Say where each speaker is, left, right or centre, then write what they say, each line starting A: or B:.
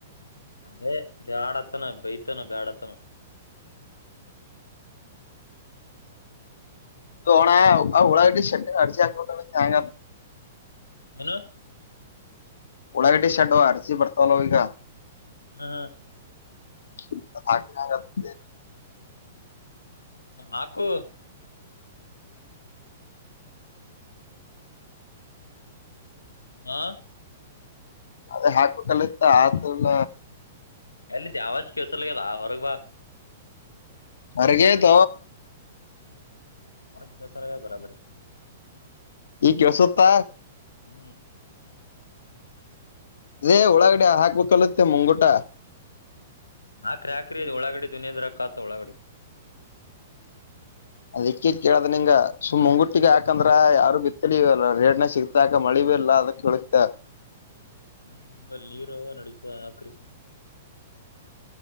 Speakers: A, on the left (about 75°); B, on the left (about 60°).
A: ಅದೇ ಬ್ಯಾಡ ಹತ್ತನ ಬೈತಾನ ಬ್ಯಾಡ ಹತ್ತನ.
B: ಹಣ ಆ ಹಳಾವಟ ಶ ಅರ್ಜ ಆಗ.
A: ನು.
B: ಉಳಾಗಡೆ ಶಡ್ ಅರ್ಚಿ ಬರ್ತಲ್ಲ ಈಗ.
A: ಹಾ ಹಾ.
B: <unintelligible>
A: ಹಾಕು. ಹಾ
B: ಅದೇ ಹಾಕ ಕಲಿತಾ ಆತಲ್ಲ.
A: ಎಲ್ಲಿದ್ ಯಾವಾಜ್ ಕೇಸಲ್ಗ್ಯದ ಹೊರಗ್ ಬಾ
B: ಅರ್ಗೆತ.
A: ಆ ಪೇಸ ಆ ಬರಬರಿ
B: ಈ ಕೆೇಳಸುತ್ತ.
A: ಹ್ಮ್.
B: ರೇ ಉಳಾಗಡೆ ಹಾಕ್ಬೇಕುಲತ್ತೆ ಮುಂಗೂಟ.
A: ಹಾ ಕ್ರ್ಯಾಕ್ರಿ ಇ ಒಳಾಗಡೆ ದದುನಿಯ ದರ ಕತ ಒಳಾಗಡಿ.
B: ಅದಿಕ್ಕೆ ಕೇಳದ್ ನಿಂಗ ಸುಮ್ ಮುಂಗುಟ್ಟಿಗೆ ಹಾಕಂದ್ರ ಯಾರು ಬಿತ್ತಲಿ ರೇಡ್ನ ಸಿಗ್ತಾಕ ಮಳಿ. ಇಲ್ಲಾದ ಕೊಳತ.
A: ಹ. ಹ್ಮ್ ನಿಂಬಲ್ಲಿ ನೀರ ನಡತ ಹಾಕ್ರಿ